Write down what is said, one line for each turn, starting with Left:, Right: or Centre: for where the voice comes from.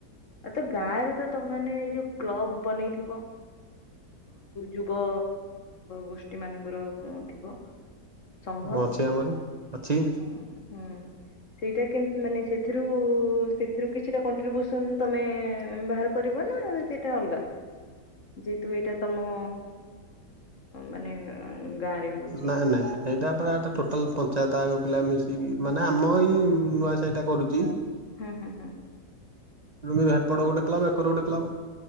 Left: ଆ ତ ଗାଁ ରେ ତ ତମେ ଏଇ ଯୋଉ କ୍ଲବ ବନେଇଥିବ ଯୁବ ଗୋଷ୍ଠୀ ମାନଙ୍କର ଥିବ ସଂଘ
Right: ହୁଁ ଅଛି ଆମରି ଅଛି।
Left: ହୁଁ ସେଇଟା କେ ମାନେ ସେ ଏଥିରୁ ସେଥିରୁ କିଛିଟା କଣ୍ଟ୍ରିବ୍ୟୁସନ୍ ତମେ ବାହାର କରିବ ନା ସେଇଟା ଅଲଗା ଯେହେତୁ ଏଇଟା ତମ ମାନେ ଗାଁରେ ହେଉଛି
Right: ନାଇଁ ନାଇଁ ସେଇଟା ପୁରା ଟୋଟାଲ ପଞ୍ଚାୟତ ଆାଗ ପିଲା ମିଶିକି ମାନେ ଆମ ଏଇ ନୂଆ ସେଇଟା କରୁଛି
Left: ହୁଁ ହୁଁ ହୁଁ
Right: ି ହେପ ଗୋଟେ କ୍ବ ଏକରୋେ କ୍ଲବ